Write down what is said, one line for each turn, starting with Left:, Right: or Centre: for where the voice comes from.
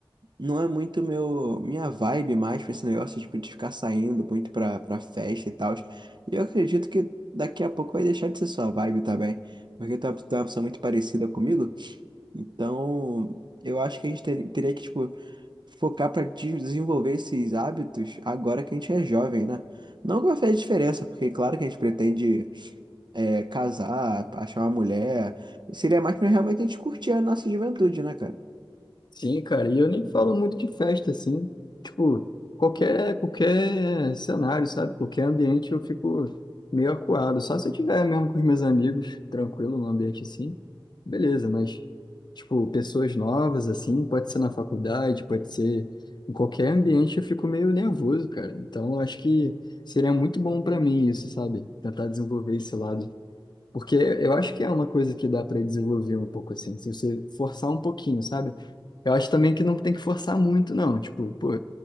Right: não é muito meu, minha vibe mais pra esse negócio, tipo, de ficar saindo muito pra, pra festa e tal. E eu acredito que daqui a pouco vai deixar de ser sua vibe também, porque tu é uma tu é uma pessoa muito parecida comigo. Então, eu acho que a gente ter- teria que, tipo, focar para desenvolver esses hábitos agora que a gente é jovem, né? Não que vai fazer diferença, porque claro que a gente pretende é, casar, achar uma mulher. Seria mais pra realmente a gente curtir a nossa juventude, né, cara?
Left: Sim, cara, e eu nem falo muito de festa, assim, tipo, qualquer, qualquer cenário, sabe, qualquer ambiente eu fico meio acuado, só se eu tiver mesmo com os meus amigos, tranquilo, num ambiente assim, beleza, mas, tipo, pessoas novas, assim, pode ser na faculdade, pode ser em qualquer ambiente, eu fico meio nervoso, cara, então eu acho que seria muito bom pra mim isso, sabe, tentar desenvolver esse lado. Porque eu acho que é uma coisa que dá para desenvolver um pouco assim, se você forçar um pouquinho, sabe? Eu acho também que não tem que forçar muito, não. Tipo, pô,